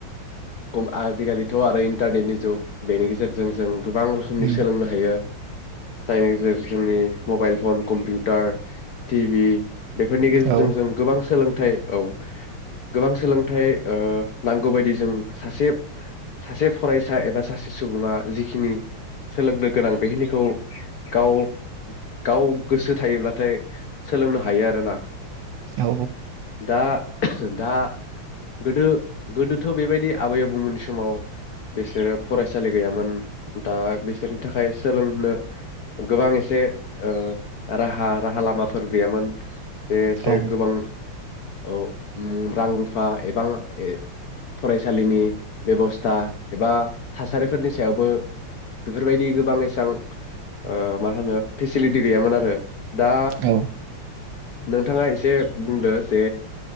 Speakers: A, on the left; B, on the right.
A: खम आजिखालिथ' आरो इन्टारनेटनि जुग बेनि गेजेरजों जों। गोबां रोखोमनि
B: उम
A: सोलोंनो हायो। जायनि गेजेर जोंनि mobile phone computer T V. बेफोरनि गेजेरजों
B: औ
A: जों गोबां सोलों थाय। औ गोबां सोलोंथाइ ओ नांगौबायायदि जों सासेब सासे फरायसा एबा सासे सुबुङा जिखिनि सोलोंनो गोनां बेखिनिखौ गाव गाव गोसो थायोब्लाथाय सोलोंनो हायो आरोना।
B: औ
A: दा दा गोदो गोदोथ' बेबायदि आबै आबौमोनि समाव बिसोरो फरायसालि गैयामोन दा बिसोरनि थाखाय सोलोंनो गोबां एसे ओे राहा राहा लामाफोर गैयामोन। बेसे
B: औ
A: गोबां। औ उम रां रुफा एबां ए फरायसालिनि बेबस्था एबा थासारिफोरनि सायावबो बेफोरबायदि गोबां एसेबां ओ माहोनो फेसिलिटि गैयामोन आरो। दा
B: औ
A: नोंथाङा एसे बुंदो। जे